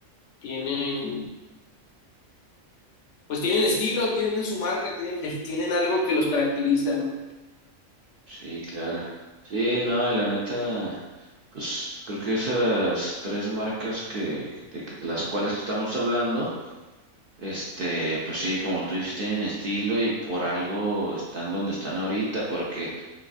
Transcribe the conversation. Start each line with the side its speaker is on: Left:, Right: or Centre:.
Left: tienen, pues tienen estilo, tienen su marca, tienen, tienen algo que los caracteriza, ¿no?
Right: Sí, claro. Sí, no, y la neta, pues creo que esas tres marcas que, que- de, de las cuales estamos hablando, este, pues sí, como tú dices, tienen estilo y por algo están donde están ahorita, porque